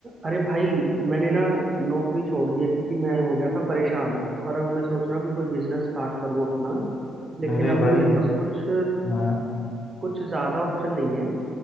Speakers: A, on the right; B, on the left.
A: अरे भाई मैंने ना नौकरी छोड़ दी है क्योंकि मैं हो गया था परेशान और अब मैं सोच रहा हूँ कि कोई बिजनेस स्टार्ट करूँ अपना लेकिन
B: अरे
A: अभी
B: भाई
A: मेरे पास कुछ
B: हाँ
A: कुछ ज़्यादा ऑप्शन नहीं है